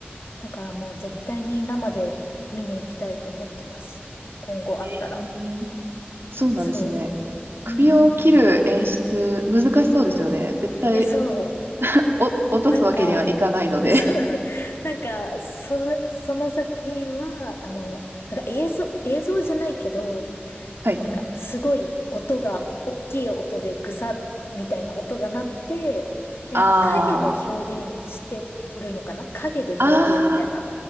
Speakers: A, on the left; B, on the right.
A: だからもう絶対に生で見に行きたいと思ってます。今後あったら。
B: えー、そうなんですね。
A: そ
B: 首を切る演出、
A: う。うんうんうん。
B: 難しそうですよね。絶対、
A: え、そ
B: お、落とすわけにはいかないので。
A: う。なんか、そう
B: <laughs>
A: <laughs> なんか、そ、その作品は、あの、なんか映像、映像じゃないけど、
B: はい。
A: なんかすごい音が、大きい音でぐさみたいな音が鳴って、で、
B: ああ、
A: なんか影で表現してるのかな影で表現みたいな。
B: ああ、